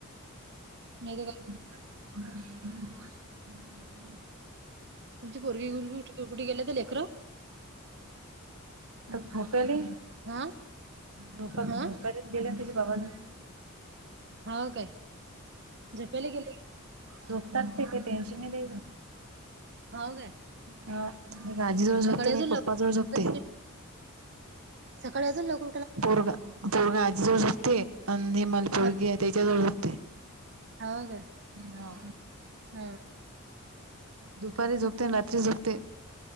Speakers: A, on the right (about 55°); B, on the right (about 80°).
A: नाही तर का
B: अ
A: तुमची पोरगी <unintelligible> कुठी गेले तर लेकर
B: झोप्याली
A: हा
B: झो झोप्याला
A: हा
B: गेले ततेचं बाग्यालो
A: हा काय झोपली गेले
B: होोतते
A: का?
B: ते टेनशनले
A: हाव काय
B: अ आजी जवळ झोपते
A: सकाळी
B: ना
A: अजून
B: एक पप्पा
A: लवकर उठायला
B: जवळ झोपते.
A: लागत अशील सकाळी अजून लग
B: पोरग पोरगा आजी जवळ सुटते आणि हिमाल पोरगी
A: हा
B: त्याच्या जवळ सुटते.
A: हाव काय
B: ह
A: हा
B: दुपारी झोपते आणि रात्री झोपते.